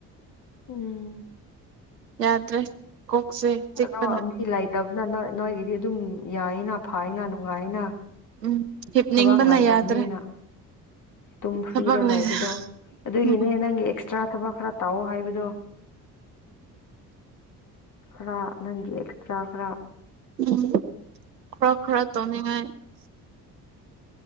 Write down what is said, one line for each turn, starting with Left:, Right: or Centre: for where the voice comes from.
Left: ꯎꯝ
Right: ꯌꯥꯗ꯭ꯔꯦ ꯀꯣꯛꯁꯦ ꯆꯤꯛꯄꯅ
Left: ꯑꯗꯣ ꯃꯤ ꯂꯩꯇꯕꯅ ꯅꫭꯏ ꯅꯣꯏꯒꯤꯗꯤ ꯑꯗꯨꯝ ꯌꯥꯏꯌꯦꯅ ꯐꯥꯏꯅ ꯅꯨꯡꯉꯥꯏꯌꯦꯅ
Right: ꯎꯝ ꯍꯤꯞꯅꯤꯡꯕꯅ
Left: ꯊꯕꯛ ꯂꯩꯇꯕꯅꯤꯅ
Right: ꯌꯥꯗ꯭ꯔꯦ
Left: ꯇꯨꯝ ꯐ꯭ꯔꯤꯗ
Right: ꯊꯕꯛ
Left: ꯂꯩꯕꯗꯣ
Right: ꯂꯩꯔꯦ
Left: ꯑꯗꯨꯒꯤꯅꯦ
Right: ꯎꯝ
Left: ꯅꯪꯒꯤ ꯑꯦꯁ ꯇꯔꯥ ꯊꯕꯛ ꯈꯔ ꯇꯧ ꯍꯥꯏꯕꯗꯣ ꯈꯔ ꯅꯪꯒꯤ ꯑꯦꯛꯁꯇ꯭ꯔꯥ ꯈꯔ
Right: ꯎꯝ ꯈꯔ ꯈꯔ ꯇꯧꯅꯤꯡꯉꯥꯏ